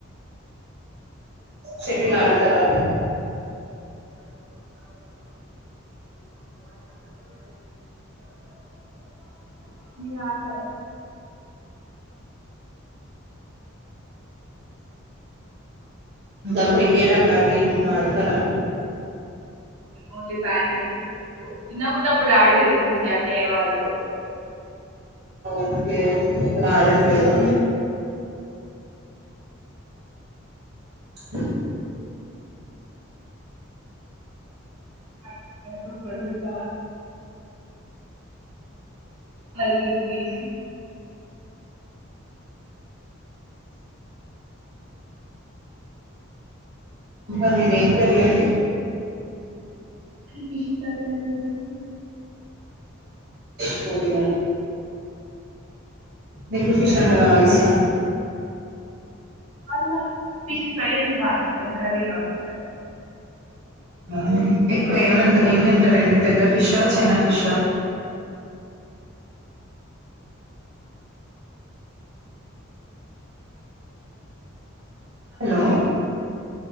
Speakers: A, on the right; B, on the right.
A: సిటీలు ఆడుతారా
B: మీరు ఆడతార
A: ఇంకా క్రికెట్ అట్లాంటివి ఏమన్నా ఆడతారా?
B: ఓన్లీ బ్యాడ్మింటన్ చిన్నపుడు ఆడేది మంచిగా అన్నయ్య వాళ్ళతో
A: ఒక ఎప్పుడు ఆడట్లేదా <unintelligible>
B: మేము పొడబిడ్ల <unintelligible> తీసి
A: ఇంకా మీది ఏం కర్రి అండి
B: అది ఫిష్ కర్రి ఆ అండి ఈ రోజు
A: సరే ఆ నీకు టి షర్ట్
B: మా
A: కావాలి ర ఇస్తా
B: ఫార్మల్ ఫిష్ ఫ్రై అంట బాగాష్టాం కర్రీ కాకుండా
A: హమ్ ఎక్కువ
B: మా
A: ఏం తింటారు అండి పెద్ద వాలు ఫిష్ హా చిన్న ఫిష్ హలో